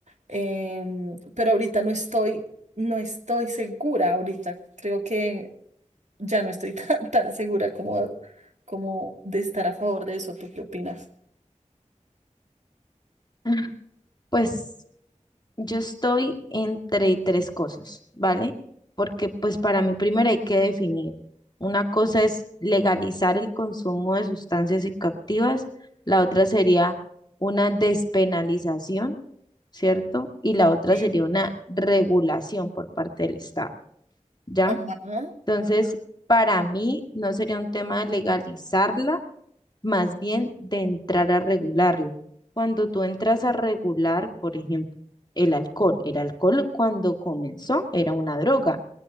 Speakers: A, on the right; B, on the left.
A: Em, pero ahorita no estoy, no estoy segura ahorita. Creo que ya no estoy <laughs> tan, tan segura como, como de estar a favor de eso. ¿Tú qué opinas?
B: <laughs> Pues Yo estoy entre tres cosas, ¿vale? Porque pues para mí primero hay que definir. Una cosa es legalizar el consumo de sustancias psicoactivas, la otra sería una despenalización, ¿cierto? Y la otra
A: Sí.
B: sería una regulación por parte del Estado, ¿ya?
A: Ajá,
B: Entonces, para mí no sería un tema de legalizarla, más bien de entrar a regularlo. Cuando tú entras a regular, por ejemplo, el alcohol, el alcohol cuando comenzó era una droga,